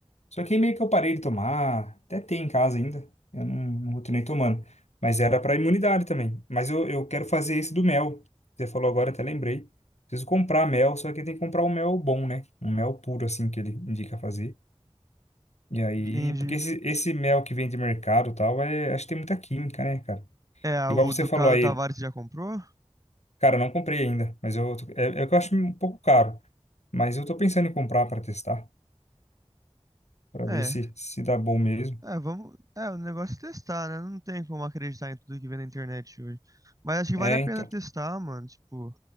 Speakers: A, on the left (about 80°); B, on the right (about 30°).
A: Só que aí meio que eu parei de tomar, até tem em casa ainda, eu não, não continuei tomando. Mas era para imunidade também. Mas eu, eu quero fazer esse do mel. Você falou agora, até lembrei. Preciso comprar mel, só que tem que comprar um mel bom, né? Um mel puro, assim, que ele indica fazer. E aí,
B: Entendi.
A: porque esse, esse mel que vem de mercado e tal, é, acho que tem muita química, né, cara?
B: É,
A: Igual
B: o
A: você
B: Ducado
A: falou aí,
B: Tavares já comprou?
A: cara, eu não comprei ainda, mas eu, tô- é, é que eu acho um pouco caro, mas eu tô pensando em comprar para testar, para
B: É.
A: ver se se dá bom mesmo.
B: É, vamos. É, o negócio é testar, né? Não tem como acreditar em tudo que vem na internet hoje. Mas acho que vale
A: É,
B: a pena
A: então.
B: testar, mano. Tipo,